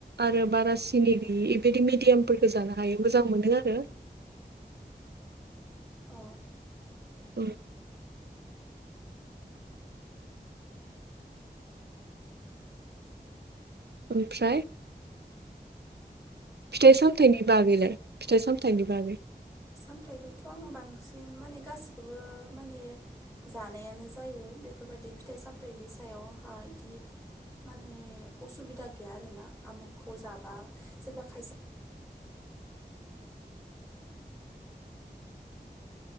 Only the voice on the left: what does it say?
औ
फिथाइ सामथाइखौथ' आङो बांसिन माने गासिखौबो माने जानायानो जायो बेफोरबायदि फिथाइ सामथाइनि सायाव ओ आंहा इदि माने असुबिदा गैया आरोना आमुखखौ जाबा जेनेबा खायसे